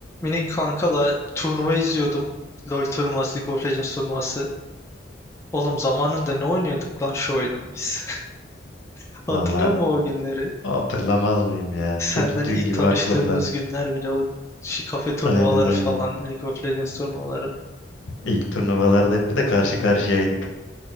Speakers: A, on the left (about 15°); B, on the left (about 80°).
A: Minik kankala turnuva izliyordum. LoL turnuvası, League of Legends turnuvası. Oğlum zamanında ne oynuyorduk lan şu oyunu biz? <laughs> Hatırlıyor
B: Valla
A: musun o günleri?
B: hatırlamaz mıyım ya?
A: Senden
B: Hep dün
A: ilk
B: gibi
A: tanıştığımız
B: aklımda.
A: günler bile o şi- kafe turnuvaları
B: Aynen aynen.
A: falan, League of Legends turnuvaları.
B: İlk turnuvalarda hep bir de karşı karşıyaydık.